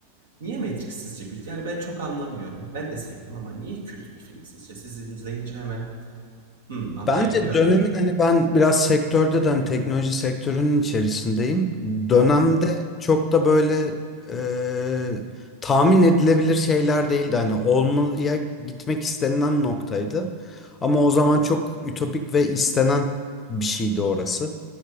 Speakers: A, on the right; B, on the left.
A: Niye Matrix sizce kült? Yani ben çok anlamıyorum. Ben de sevdim ama niye kült bir film sizce? Siz izleyince hemen, hımm, anlayabiliyorum.
B: Bence dönemin hani ben biraz sektörde de hani teknoloji sektörünün içerisindeyim. Dönemde
A: O
B: çok da böyle e, tahmin edilebilir şeyler değildi. Hani olmaya gitmek istenilen noktaydı. Ama o zaman çok ütopik ve istenen bir şeydi orası.